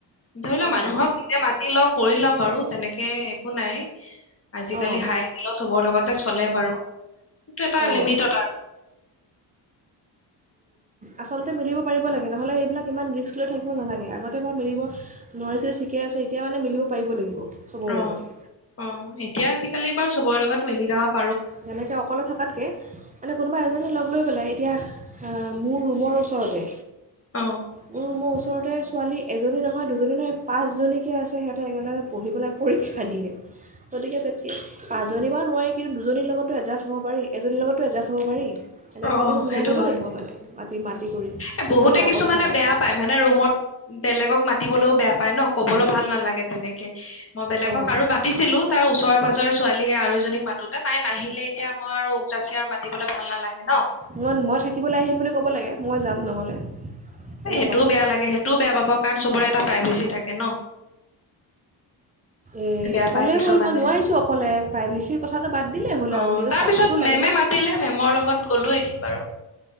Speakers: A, on the left (about 30°); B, on the right (about 20°).
A: ধৰি লোৱা
B: অঁ
A: মানুহক নিজে মাতি লওঁ, কৰি লওঁ বাৰু তেনেকে শু নাই আজিকালি
B: অঁ
A: হাই খেল চবৰ লগতে চলে বাৰু কিন্তু এটা
B: অঁ
A: লিমিটত <inaudible>
B: আচলতে মিলিব পাৰিব লাগে, নহ'লে এইবিলাক ইমান ৰিক্সক লৈ থাকিব নালাগে, আগতে বই মিলিব নোৱাৰিছিলোঁ ঠিকে আছে, এতিয়া মানে মিলিব পাৰিব লাগিব। চবৰে
A: অ
B: লগতে
A: অ এতিয়া আজিকালি বাৰ চবৰে লগত <inaudible>
B: যেনেকে অকলে থকাতকে, মানে কোনোবা এজনী লগ লৈ পেলাই, এতিয়া মোৰ ৰুমৰ ওচৰতে।
A: অ
B: ম মচ ওচৰতে ছোৱালী এজনী নহয়, দুজনী নহয়, পাঁচজনীকে আছে সিহঁতে একেলগে পঢ়িবেলৈ পৰীক্ষা দিয়ে, গতিকে তেতি পাঁচজনী বা নোৱাৰি কিন্তু দুজনীৰ লগততো এডজাষ্ট হ'ব পাৰি, এজনীৰ লগততো এডজাষ্ট হ'ব পাৰি। এনেকৈ
A: অ
B: কেতিয়াবা মিলাই
A: সেইটো
B: ল'ব
A: হয়,
B: লাগিব মানে মাতি মাতি কৰি
A: এ বহুতে
B: এনেকৈ অকলে
A: কিছুমানে
B: থকাতকৈ
A: বেয়া পায়, মানে ৰুমত বেলেগক মাতিবলেও বেয়া পায় ন। ক'বলৈ ভাল নালাগে তেনেকে মই বেলেগক
B: অঁ
A: আৰু মাতিছিলো তাৰ ওচৰে-পাজৰে ছোৱালী আৰু এজ মাতোতে নাই নাহিলে, এতিয়া মই আৰু উগ যাচি আৰু মাতিবলে ভাল নালাগে ন
B: মই, মই, থাকিবলৈ আহিম বুলি ক'ব লাগে, মই যাম নহ'লে। এনেকুৱা
A: সেইটোও বেয়া লাগে, সেইটোও বেয়া পাব কাৰণ চবৰে এটা প্ৰাইভেচি থাকে ন।
B: এই
A: বেয়া
B: ক'লেই
A: পায় কিছুমানে
B: হ'ল মই নোৱাৰিছোঁ অকলে প্ৰাইভেচিৰ কথাটো বাদ দিলেই হ'ল
A: অ
B: আৰু নিজৰ
A: তাৰ
B: স্বাৰ্থটো
A: পিছত
B: লাগে
A: মেমে
B: ন।
A: মাতিলে মেমৰ লগত গ'লো এদিন বাৰু